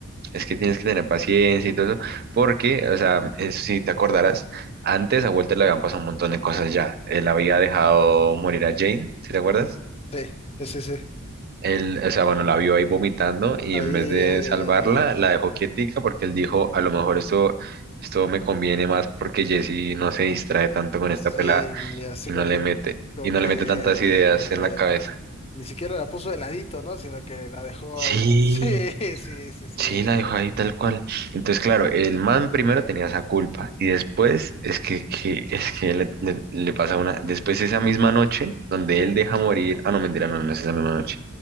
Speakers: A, on the right; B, on the left.
A: es que tienes que tener paciencia y todo eso, porque, o sea, es- si te acordarás, antes a Walter le habían pasado un montón de cosas ya. Él había dejado morir a Jane, ¿si te acuerdas?
B: sí, sí, sí, sí.
A: Él, o sea, bueno, la vio ahí vomitando y
B: Ahí,
A: en
B: eh,
A: vez de salvarla, la dejó quietica porque él dijo, a lo mejor esto, esto me conviene más porque Jesse no se distrae tanto con esta
B: sí,
A: pelada
B: así
A: y
B: como
A: no le
B: que,
A: mete,
B: como
A: y no
B: que
A: le mete tantas ideas en la cabeza.
B: Ni siquiera la puso de ladito, ¿no? Sino que la dejó
A: Sí,
B: ahí. <laughs> Sí, sí, sí, sí.
A: sí, la dejó ahí tal cual. Entonces, claro, el man primero tenía esa culpa y después es que, que- es que le, le- le pasa una, después esa misma noche donde él deja morir, ah, no, mentira, no, no es esa misma noche,